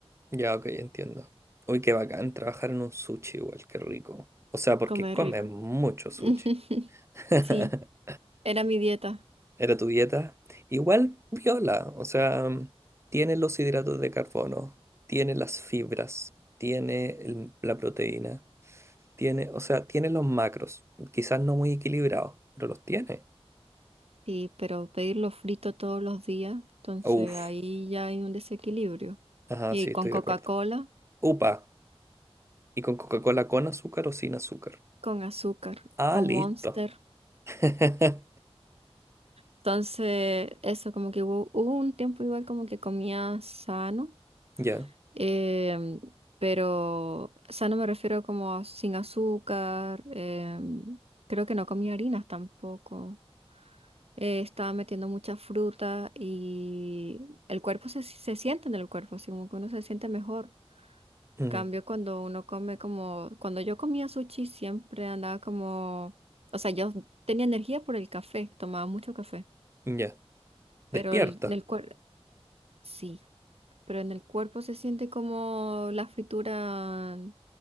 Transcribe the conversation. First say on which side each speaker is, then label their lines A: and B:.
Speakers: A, on the right; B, on the right.
A: ya, ok, entiendo. Uy, qué bacán trabajar en un sushi igual, qué rico. O sea, porque
B: comer
A: comes
B: rico.
A: mucho
B: <laughs>
A: sushi. <laughs>
B: Sí, era mi dieta.
A: Era tu dieta. Igual viola, o sea, mm, tiene los hidratos de carbono, tiene las fibras, tiene el- la proteína, tiene, o sea, tiene los macros. Quizás no muy equilibrados, pero los tiene.
B: Sí, pero pedirlo frito todos los días, entonces
A: Uf,
B: ahí ya hay un desequilibrio.
A: ajá,
B: Y
A: sí,
B: con
A: estoy
B: Coca-Cola,
A: de acuerdo. Upa. ¿Y con Coca-Cola con azúcar o sin azúcar?
B: con azúcar
A: Ah,
B: o
A: listo.
B: Monster.
A: <laughs>
B: Entonces, eso, como que hubo, hubo un tiempo igual como que comía sano,
A: Ya.
B: em, pero sano me refiero como a sin azúcar, em, creo que no comía harinas tampoco. eh, estaba metiendo mucha fruta y el cuerpo se, se siente en el cuerpo, así como que uno se siente mejor.
A: mm,
B: Cambio cuando uno come como, cuando yo comía sushi siempre andaba como, o sea, yo tenía energía por el café, tomaba mucho café.
A: Ya.
B: Pero
A: Despierta.
B: el- en el cuerpo, sí, pero en el cuerpo se siente como la fritura,